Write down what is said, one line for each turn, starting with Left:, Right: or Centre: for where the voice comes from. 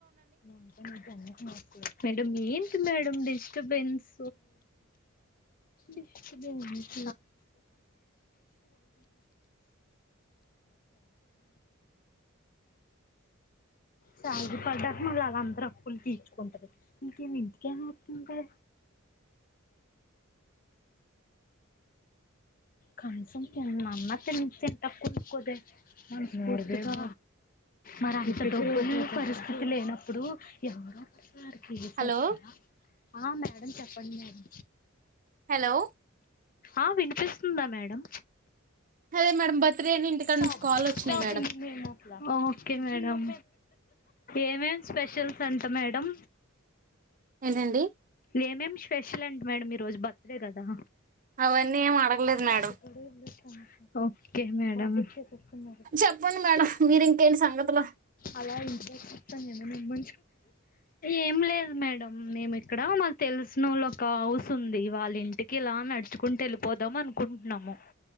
Left: ఉంటా నీకు దండం పెడతా ఏంటి మేడం డిస్టబెన్స్ డిస్టబెన్స్ సాగు పడా మళ్ళ వాళ్ళ అందరి అప్పులు తీర్చుకుంటుంది. ఇంకేమి ఇంటికేం వత్తుంది. కంచం తిన్నాన్న తింటా కొనుకోదే మనస్పూర్తిగా మరీ అంత ఉంది పరిస్థితి లేనప్పుడు ఎవరున్నారు తెలుసా
Right: హలో
Left: అక్కడ ఆ మేడం చెప్పండి మేడం
Right: హలో
Left: ఆ వినిపిస్తుందా మేడం
Right: అదే మేడం బర్త్డే అని ఇంటికాడ
Left: స్టాప్
Right: నుంచి కాల్ వచ్చినాయి
Left: stop
Right: madam
Left: in name of okay madam ఏమేమ్ స్పెషల్స్ అంట మేడం
Right: ఏంటండి
Left: ఏమేం స్పెషల్ అంట మేడం ఈరోజు బత్ ఇదే కదా
Right: అవన్నీ ఏం అడగలేదు
Left: వాటి
Right: మేడం
Left: కూడా ఇవ్వలేదు ఓకే మేడమ్ చెప్పండి మేడం
Right: చెప్పండి మేడం మీరు ఇంకేంటి సంగతులు
Left: అలా ఇంట్రెట్ చెప్తాను నేను ము ఏం లేదు మేడం మేము ఇక్కడ నాకు తెలిసిన వాళ్ళ ఒక హౌస్ ఉంది వాళ్ళ ఇంటికి ఇలా నడుచుకుంటూ వెళ్ళిపోదాం అనుకుంటున్నాము